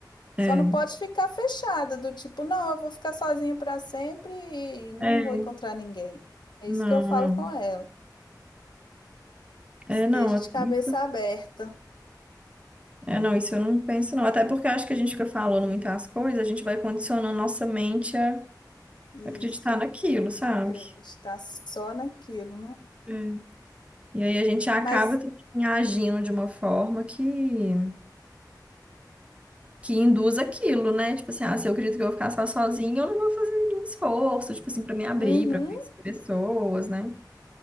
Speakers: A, on the right; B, on the left.
A: É.
B: Só não pode ficar fechada, do tipo, não, eu vou ficar sozinha para sempre e não
A: É,
B: vou encontrar ninguém. É
A: não,
B: isso que eu falo
A: não.
B: com ela.
A: É,
B: Esteja
A: não,
B: de cabeça
A: isso,
B: aberta.
A: é, não, isso eu não penso, não. Até porque eu acho que a gente fica falando muitas coisas, a gente vai condicionando nossa mente a
B: Isso.
A: acreditar naquilo, sabe?
B: Acreditar só naquilo, né?
A: É. E aí a gente acaba
B: Mas
A: também agindo de uma forma que, que induz aquilo, né? Tipo assim, ah, se eu acredito que eu vou ficar só sozinha, eu não vou fazer nenhum esforço, tipo assim, pra me abrir,
B: uhum,
A: pra conhecer pessoas, né?